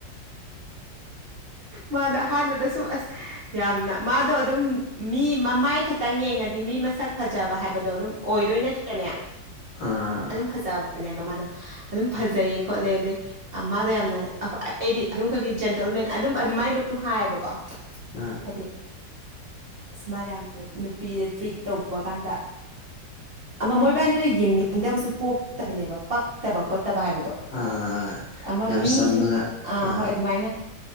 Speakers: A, on the right; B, on the left.
A: ꯃꯥꯗ ꯑꯍꯥꯟꯕꯗ ꯁꯨꯝ ꯑꯁ ꯌꯥꯝꯅ ꯃꯥꯗꯣ ꯑꯗꯨꯝ ꯃꯤ ꯃꯃꯥꯏ ꯈꯛꯇꯪ ꯌꯦꯡꯉꯗꯤ ꯃꯤ ꯃꯁꯛ ꯐꯖꯕ ꯍꯥꯏꯕꯗꯣ ꯑꯗꯨꯝ ꯑꯣꯏꯗꯣꯏ ꯅꯠꯇꯦꯅꯦ
B: ꯑꯥ
A: ꯑꯗꯨ ꯐꯖꯕꯅꯦꯕ ꯃꯥꯗꯣ ꯑꯗꯨꯝ ꯐꯖꯩꯌꯦ ꯈꯣꯠꯂꯦ ꯑꯗꯩ ꯃꯥꯗ ꯌꯥꯝꯅ ꯑꯩꯗꯤ ꯑꯗꯨꯝ ꯑꯩꯈꯣꯏꯗꯤ ꯖꯦꯟꯇꯜꯃꯦꯟ ꯑꯗꯨꯝ ꯑꯗꯨꯃꯥꯏꯅ ꯑꯗꯨꯝ ꯍꯥꯏꯌꯦꯕꯀꯣ
B: ꯎꯝ
A: ꯍꯥꯏꯗꯤ ꯁꯃꯅ ꯌꯥꯝꯅ ꯅꯨꯄꯤꯗ ꯇ꯭ꯔꯤꯠ ꯇꯧꯕ ꯀꯥꯟꯗ ꯑꯃ ꯃꯣꯏꯕꯥꯅꯤꯗꯣ ꯌꯦꯡꯅꯤꯡꯗꯕꯁꯨ ꯄꯣꯛꯇꯕꯅꯦꯕ ꯄꯛꯇꯕ ꯈꯣꯠꯇꯕ ꯍꯥꯏꯕꯗꯣ
B: ꯑꯥ
A: ꯑꯃ
B: ꯌꯥꯝ
A: ꯃꯤ
B: ꯆꯝꯃꯒ
A: ꯁꯨꯝ ꯑ
B: ꯑꯥ
A: ꯍꯣꯏ ꯑꯗꯨꯃꯥꯏꯅ